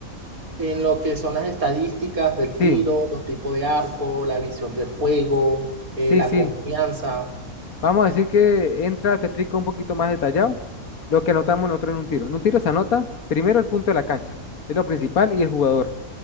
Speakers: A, on the right (about 80°); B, on the left (about 80°).
A: en lo que son las estadísticas del tiro,
B: Sí,
A: los tipos de arco,
B: s-
A: la visión del juego, eh,
B: sí,
A: la
B: sí.
A: confianza.
B: Vamos a decir que entra, te explico un poquito más detallado lo que anotamos nosotros en un tiro. En un tiro se anota primero el punto de la cancha, es lo principal, y el jugador.